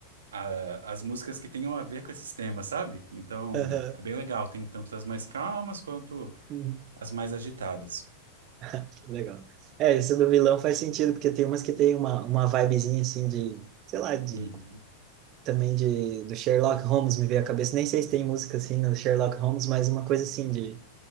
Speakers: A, on the right; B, on the right.
A: a- as músicas que tenham a ver com esses temas, sabe? Então,
B: Aham.
A: é bem legal. Tem tanto as mais calmas quanto
B: Uhum.
A: as mais agitadas.
B: <laughs> Que legal. É, isso do vilão faz sentido, porque tem umas que tem uma, uma vibezinha, assim, de, sei lá, de
A: Uhum.
B: também de, do Sherlock Holmes me veio à cabeça. Nem sei se tem música assim no Sherlock Holmes, mas uma coisa assim de